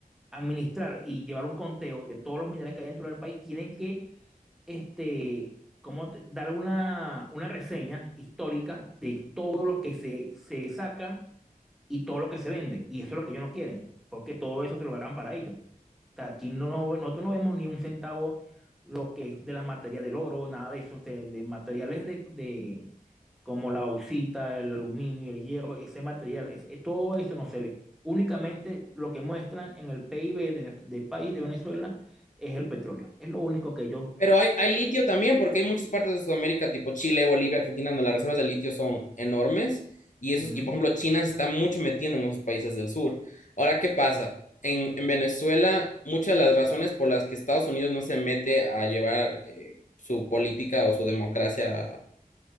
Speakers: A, in the centre; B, on the left.
A: administrar y llevar un conteo de todos los minerales que hay dentro del país, tienen que este, como te- dar una, una reseña histórica de todo lo que se, se saca y todo lo que se vende. Y eso es lo que ellos no quieren, porque todo eso se lo agarran para ellos. O sea, aquí no, no- nosotros no vemos ni un centavo lo que es de la materia del oro, nada de eso, de, de materiales de, de- como la bauxita, el aluminio, el hierro, ese material, es- es- todo eso no se ve. Únicamente lo que muestran en el PIB de nuestro- del país de Venezuela es el petróleo. Es lo único que ellos
B: Pero hay, hay litio también, porque hay muchas partes de Sudamérica, tipo Chile, Bolivia, Argentina, donde las reservas de litio son enormes. Y, esos,
A: Ujú.
B: y por ejemplo, China se está mucho metiendo en esos países del sur. Ahora, ¿qué pasa? En, en Venezuela, muchas de las razones por las que Estados Unidos no se mete a llevar eh, su política o su democracia,